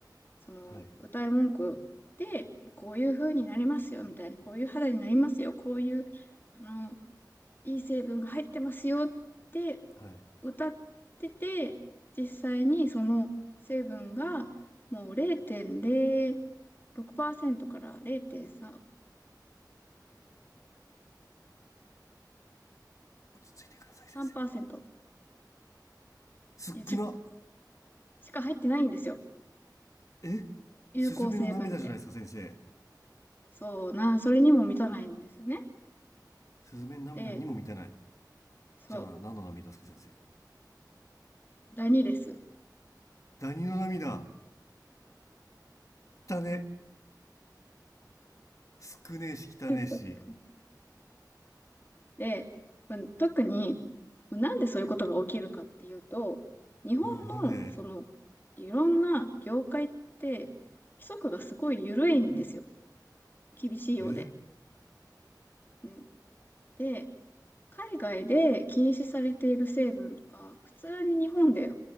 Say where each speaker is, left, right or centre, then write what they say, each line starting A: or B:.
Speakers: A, on the left; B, on the left.
A: その、
B: はい、
A: 歌い文句で、こういう風になりますよ、みたいな、こういう肌になりますよ、こういう、あの、いい成分が入ってますよって
B: はい。
A: 歌ってて、実際にその成分がもう0.06%から0.3、
B: 落ち着いてください、
A: 0.3%
B: 先生。すっくな
A: 一部しか入ってないんですよ。
B: えスズメの涙じゃないですか、
A: 有効成分って。
B: 先生。
A: そうな、それにも満たないんですよね。
B: スズメの涙にも満たない。
A: で、そう、
B: じゃあ、何の涙ですか、先生。
A: ダニです。
B: ダニの涙だね少ねえし汚ねえし。
A: <laughs> で、まあ特に、なんでそういうことが起きるかっていうと、日本の、
B: うん、なんで
A: その、いろんな業界って、規則がすごい緩いんですよ。厳しいようで。
B: え
A: うん。で、海外で禁止されている成分とか、普通に日本で